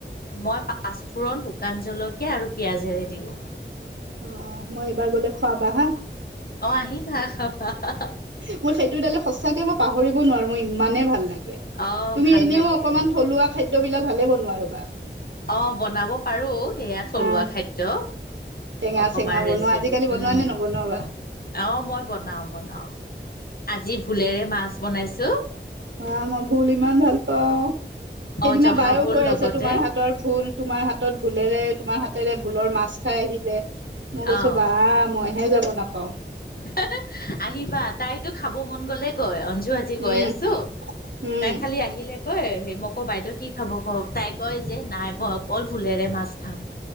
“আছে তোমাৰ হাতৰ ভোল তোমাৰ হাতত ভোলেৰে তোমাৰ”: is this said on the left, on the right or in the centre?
Right